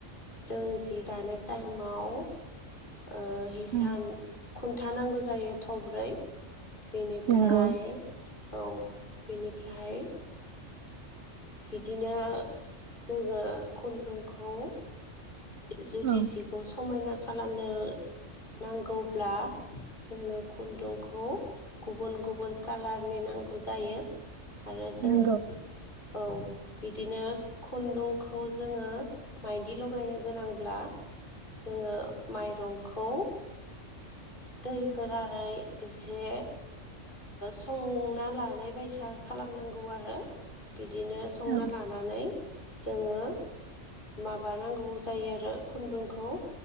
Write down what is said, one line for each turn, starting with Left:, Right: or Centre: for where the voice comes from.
Left: जों जि दानो टाइमाव ओ हिसान
Right: उम
Left: खुन्थानांगौ जायो थब्रै बेनिफ्राय
Right: नंगौ
Left: औ बेनिफ्राय बिदिनो जोङो खुन्दुंखौ जुदि
Right: औ
Left: जिखौ समायना खालामनो नांगौब्ला जोङो खुन्दुंखौ गुबुन गुबुन कालारनि नांगौ जायो आरो जोङो
Right: नंगौ
Left: औ बिदिनो खुन्दुंखौ जोङो माइदि लगायनो गोनांब्ला जोङो माइरंखौ दै होनानै एसे संना लानाय बायसा खालामनांगौ आरो बिदिनो संना
Right: औ
Left: लानानै जोङो माबानांगौ जायो आरो खुन्दुंखौ